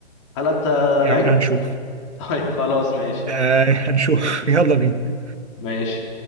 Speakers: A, on the left; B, on the right.
A: هل انت
B: يا
A: لعيب
B: عم هنشوف
A: <laughs> طيب خلاص ماشي
B: آه <laughs> هنشوف يلا بينا
A: ماشي